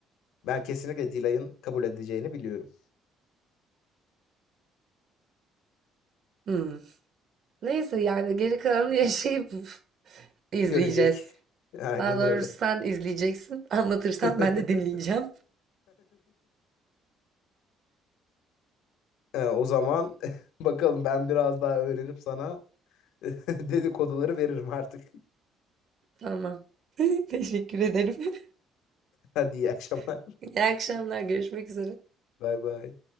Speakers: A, on the left; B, on the right.
A: ben kesinlikle Dilay'ın kabul edeceğini biliyorum.
B: Hmm. Neyse yani geri kalanı <laughs> yaşayıp izleyeceğiz.
A: Görecek. <laughs> Aynen
B: Daha doğrusu
A: öyle.
B: sen izleyeceksin. Anlatırsan
A: <laughs>
B: ben de dinleyeceğim.
A: E, o zaman <laughs> bakalım ben biraz daha öğrenip sana <laughs> dedikoduları veririm artık. <laughs>
B: Tamam. <laughs> Teşekkür ederim.
A: Hadi iyi akşamlar.
B: <laughs> İyi akşamlar. Görüşmek üzere.
A: Bay bay.